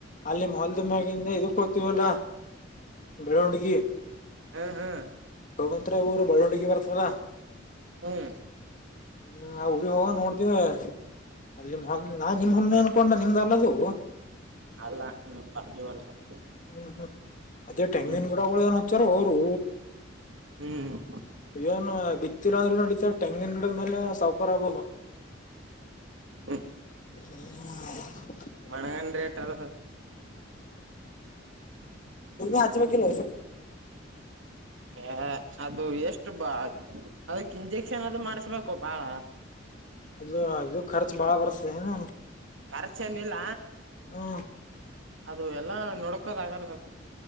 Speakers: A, on the left; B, on the right.
A: ಅಲ್ಲಿ ಮ ಹೊಲ್ದ ಮ್ಯಾಗಿದ ಇದಕ್ ಹತೀವಲ್ಲಾ ಬೆರೌಂಡ್ಗಿ
B: ಹ್ಮ್ ಹ್ಮ್
A: ಗವಂತತ್ರ ಊರು ಬೆಳ್ಳುಂಡಗಿ ಬರ್ತದ
B: ಹ್ಮ್
A: ಹ್ಮ್ ಅವ್ರ ಹೋಗ ನೋಡ್ದವಿ ಅಲ್ಲಿ ನಿ ನಾನ್ ನಿಮ್ ಹೊಲ್ ಅನ್ಕೊಂಡ ನಿಮ್ದ ಅಲ್ಲದು
B: ಅಲ್ಲ ಬಾಜು ಹೊಲ್ದಾಗ
A: ಹ್ಮ್ ಹ್ಮ್ ಅದೇ ತೆಂಗಿನ
B: ಹ್ಮ್
A: ಗಿಡ ಏನ್ ಹಚ್ಚಾರೊ ಅವರು
B: ಹ್ಮ್
A: ಇವನ್ ಬಿತ್ತಿಲ್ಲ ಅಂದ್ರೆ ನೋಡತ ತೆಂಗಿನ ಗಡ ಮೇಲೆ ಸೌವಕಾರ ಆಬ
B: ಹ
A: ಹ್ಮ
B: ಮಣಗಂಡ ರೇಟ್ ಅದ
A: ಹಚ ಬಕ ನ
B: ಹ ಅದು ಎಷ್ಟು ಬಾ ಅದಕ್ ಇಂಜೆಕ್ಷನ್ ಅದು ಮಾಡ್ಸ್ಬ ಕೋ ಬಾಳ
A: ಅದು ಇದು ಖರ್ಚ ಬಾಳ ಬರ್ತದೆ ಏನು
B: ಖರ್ಚನ್ಿಲ್ಲ
A: ಹಾ
B: ಅದು ಎಲ್ಲಾ ನೋಡ್ಕೋದ ಆಗಲ್ಲ